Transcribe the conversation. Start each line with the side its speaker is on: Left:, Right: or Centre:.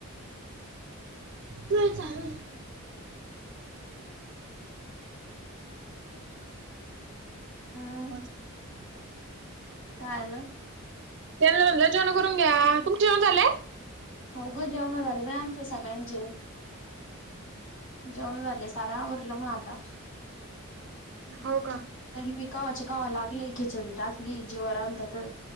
Right: नाही चालू
Left: हम्म
Right: <unintelligible> <unintelligible>
Left: काय आलं?
Right: त्यांनला म्हणलं जेवणं करून घ्या. तुमचं जेवण झाले?
Left: हाऊ का? जेवण झाले बाई आमच्या सगळ्यांचे. जेवण झाले. सार आवरलं मग आता.
Right: हो का
Left: तरी मी कवाच्या कवा लागले खिचडी टाकली जिवावर आलत तर.